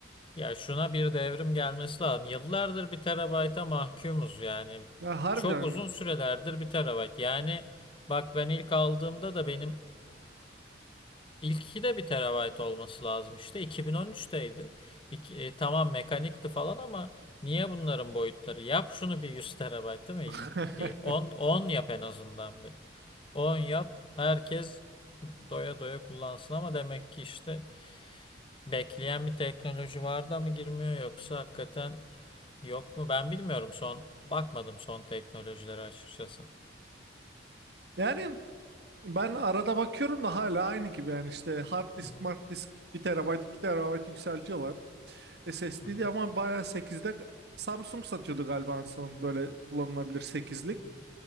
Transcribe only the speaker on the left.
Ya şuna bir devrim gelmesi lazım. Yıllardır bir terabayta mahkumuz yani.
Çok uzun sürelerdir bir terabayt. Yani bak ben ilk aldığımda da benim ilki de bir terabayt olması lazım işte. 2013'teydi. İki- e, tamam mekanikti falan ama niye bunların boyutları? Yap şunu bir 100 terabayt değil
mi? Bir on on yap en azından bir. on yap. Herkes doya doya kullansın ama demek ki işte Bekleyen bir teknoloji var da mı girmiyor yoksa hakikaten yok mu? Ben bilmiyorum son bakmadım son teknolojilere açıkçası.
Hı hı,
hı hı,